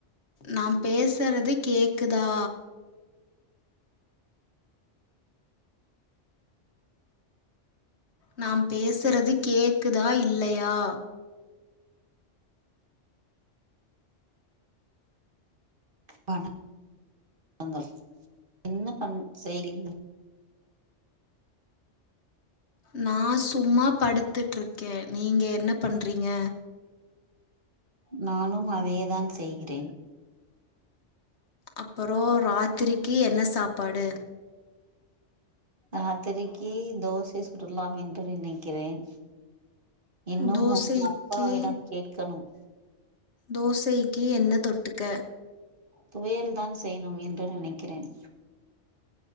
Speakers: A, on the left; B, on the right.
A: நா பேசுறது கேக்குதா நா பேசுறது கேக்கு தா இல்லியா
B: வணங் கள் என்ன பண்ண செய்தி
A: நா சும்மா படுத்துட்டு்ருக்கே நீங்க என்ன பண்றிங்க
B: நானும் அதே தான் செய்கிறேன்
A: அப்புறோ ராத்திரிக்கு என்ன சாப்பாடு
B: ராத்திரிக்கி தோசை சுடலாம் என்று நினைக்கிறேன் இன்னூம்
A: தோசைக்கு
B: உன் ப்பாவிடம் கேக்கணும்
A: தோசைக்கி என்ன தொட்டுக்க
B: துவையல் தான் செய்ணும் என்று நினைக்கிறேன்